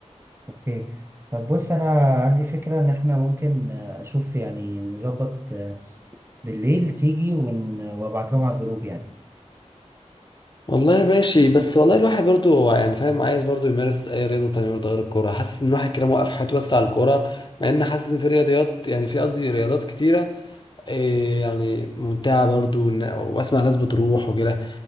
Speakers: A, on the right; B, on the left.
A: اوكي طب بص انا عندي فكره ان احنا ممكن آه، اشوف يعني نظبط آه، بالليل تيجي ون... وابعت لهم على الجروب يعني
B: والله ماشي بس والله الواحد برضو هو يعني فاهم عايز برضو يمارس اي رياضه تانية برضو غير الكوره حاسس ان الواحد كده موقف حياته بس على الكوره مع ان حاسس ان في رياضيات يعني في قصدي رياضات كتيره إيه يعني ممتعه برضو إن- واسمع ناس بتروح وكده